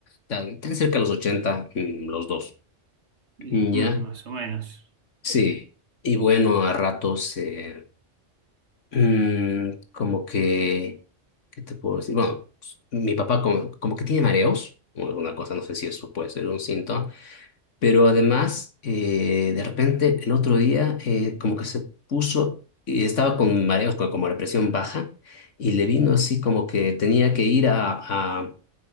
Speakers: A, on the left; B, on the right.
A: tan, tan cerca de los 80, mm, los dos.
B: Y,
A: Mm,
B: mm,
A: ¿Ya?
B: más o menos.
A: Sí. Y bueno, a ratos, eh, mm, como que, ¿qué te puedo decir? Bueno, mi papá como, como que tiene mareos o alguna cosa, no sé si eso puede ser un síntoma. Pero además, eh, de repente, el otro día, eh, como que se puso, y estaba con mareos, co- como la presión baja, y le vino así como que tenía que ir a, a,